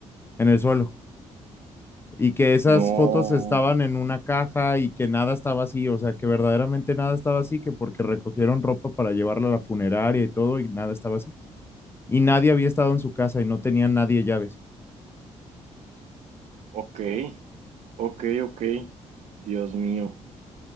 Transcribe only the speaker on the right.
No.
Ok. Ok, ok. Dios mío.